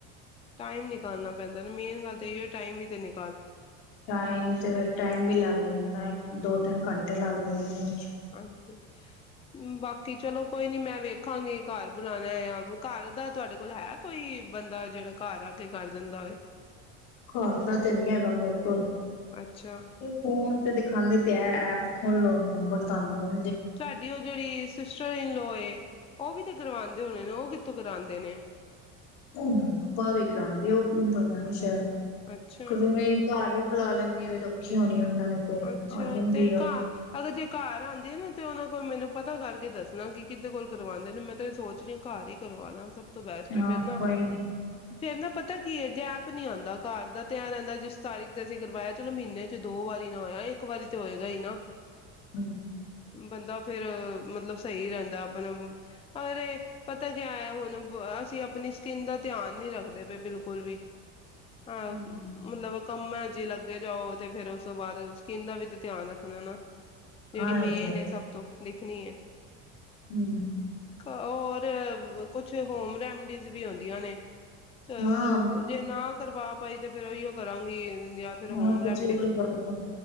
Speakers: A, on the left; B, on the left.
A: ਟਾਈਮ ਨਿਕਾਲਣਾ ਮੇਨ ਗੱਲ ਤਾਂ ਇਹ ਟਾਈਮ ਤੇ ਨਹੀਂ
B: ਟਾਈਮ ਤੇ ਫਿਰ ਟਾਈਮ ਵੀ ਲੱਗ ਜਾਂਦਾ ਨਾ ਦੋ ਤਿੰਨ ਘੰਟੇ ਲੱਗ ਜਾਂਦੇ ਨੇ।
A: ਹਾਂਜੀ ਬਾਕੀ ਚਲੋ ਕੋਈ ਨੀ ਮੈਂ ਵੇਖਾਂਗੀ, ਘਰ ਬੁਲਾਉਣਾ ਆ, ਘਰ ਦਾ ਤੁਹਾਡੇ ਕੋਲ ਹੈ, ਕੋਈ ਬੰਦਾ ਜਿਹੜਾ ਘਰ ਆ ਕੇ ਕਰ ਦਿੰਦਾ ਹੋਏ
B: ਖਾਸ ਤੇ ਨੀ ਹੈਗਾ ਮੇਰੇ ਕੋਲ,
A: ਅੱਛਾ
B: ਫੋਨ ਤੇ ਦਿਖਾਦੇ ਤੇ ਹੈ, ਐਪ ਖੋਲ ਇਹ ਨੰਬਰ ਤੱਲਵੇ
A: ਤੁਹਾਡੀ ਉਹ ਜਿਹੜੀ ਸਿਸਟਰ ਹੋਏ। ਉਹ ਵੀ ਤੇ ਕਰਵਾਉਂਦੇ ਹੋਣੇ ਨੇ, ਉਹ ਕਿੱਥੋਂ ਕਰਾਂਉਦੇ ਨੇ।
B: ਬਾਹਰੋ ਹੀ ਕਰਾਉਦੇ ਨੇ, ਉਹ ਪਤਾ ਨਹੀਂ ਸ਼ਾਇਦ
A: ਅੱਛਾ
B: ਕਦੋ ਇਹ ਘਰ ਬੁਲਾ ਲੈਂਦੀ ਹੋਈ ਔਖੀ ਹੋਣੀ ਉਹਨਾਂ ਨੇ ਕੋਈ
A: ਅੱਛਾ
B: ਆ ਜਾਂਦੀ
A: ਤੇ
B: ਆ
A: ਘਰ ਅਗਰ ਜੇ ਘਰ ਨਾ ਤੇ ਉਹਨਾਂ ਕੋਲ ਮੈਨੂੰ ਪਤਾ ਕਰਕੇ ਦੱਸਣਾ ਕਿ ਕਿੱਦੇ ਕੋਲ ਕਰਵਾਉਂਦੇ ਨੇ, ਮੈਂ ਤਾਂ ਇਹ ਸੋਚ ਰਹੀ ਹਾਂ, ਘਰ ਹੀ ਕਰਵਾ ਲਾ ਸਭ ਤੋਂ ਬੈਸਟ ਹੈ
B: ਹਾਂ
A: ਫਿਰ ਨਾ
B: ਕੋਈ ਨੀ
A: ਫੇਰ ਨਾ ਪਤਾ ਕੀ ਹੈ, ਗੈਪ ਨੀ ਆਉਂਦਾ ਘਰ ਦਾ ਤੇ ਐ ਰਹਿੰਦਾ ਜਿਸ ਤਾਰੀਕ ਤੇ ਅਸੀਂ ਕਰਵਾਇਆ ਚਲੋ ਮਹੀਨੇ ਚ ਦੋ ਵਾਰ ਨਾ ਹੋਇਆ, ਇੱਕ ਵਾਰੀ ਤੇ ਹੋਏਗਾ ਹੀ ਨਾ
B: ਹਾਂਜੀ <unintelligible>
A: ਬੰਦਾ ਫੇਰ ਮਤਲਬ ਸਹੀ ਰਹਿੰਦਾ ਆਪਣਾ ਅਰੇ ਪਤਾ ਆਇਆ ਜੇ ਹੁਣ ਅਸੀਂ ਆਪਣੀ ਸਕਿੰਨ ਦਾ ਧਿਆਨ ਨਹੀਂ ਰੱਖਦੇ ਪਏ ਬਿਲਕੁਲ ਵੀ ਹਾਂ
B: ਹੂੰ
A: ਮਤਲਬ ਕੰਮ ਹੈ, ਜੇ ਲੱਗ ਦੇ ਜਾਉ ਤੇ ਫੇਰ ਉਸ ਉਸ ਤੋਂ ਬਾਅਦ ਸਕਿੰਨ ਦਾ ਵੀ ਤੇ ਧਿਆਨ ਰੱਖਣਾ ਐ ਨਾ। ਜਿਹੜੀ
B: ਹਾਂ
A: ਮੇਨ
B: ਤੇ
A: ਏ ਸਭ ਤੋਂ। ਦੇਖਨੀ ਐ।
B: ਹੂੰ।
A: ਹੋਰ ਵ ਕੁਛ ਹੋਮ ਰੈਮਡੀਜ਼ ਵੀ ਹੁੰ ਦੀਆਂ ਨੇ। ਚਲੋ
B: ਹਾਂ
A: ਜੇ ਨਾ ਕਰਵਾ ਪਾਈ ਤੇ ਫੇਰ ਉਹੀਓ ਕਰਾਂਗੀ। ਜਾਂ ਫਿਰ ਹੋਮ
B: ਹਾਂ ਤੇ
A: ਰੈਮਡੀਜ਼
B: ਚਲੋ ਬਾਦ